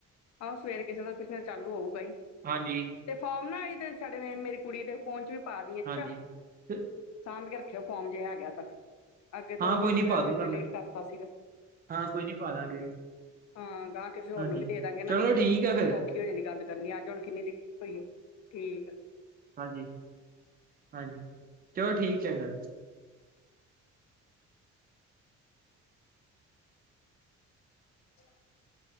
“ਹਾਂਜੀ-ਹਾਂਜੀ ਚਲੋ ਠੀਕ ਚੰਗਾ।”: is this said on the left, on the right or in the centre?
Right